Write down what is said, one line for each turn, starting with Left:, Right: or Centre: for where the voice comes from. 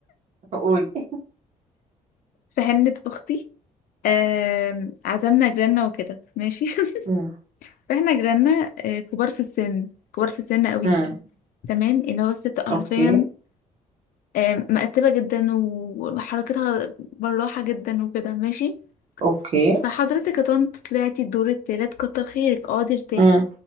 Right: <laughs> قولي
Left: في حنه اختي آم، عزمنا جيراننا وكده ماشي <laughs>
Right: امم
Left: فاحنا جيراننا آه، كبار في السن كبار في السن قوي
Right: امم
Left: تمام اللي هو الست حرفيا
Right: اوكي
Left: آه، مقتبة جدا وحركتها براحة جدا وكده ماشي
Right: اوكي
Left: فحضرتك يا طنط طلعتي الدور التالت كتر خيرك اقعدي ارتاحي
Right: امم